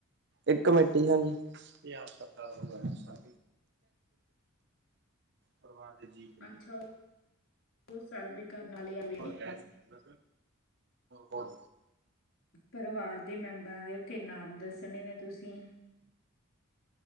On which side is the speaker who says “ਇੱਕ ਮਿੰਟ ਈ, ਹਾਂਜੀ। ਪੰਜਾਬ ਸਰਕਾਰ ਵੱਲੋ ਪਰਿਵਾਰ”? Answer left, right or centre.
Right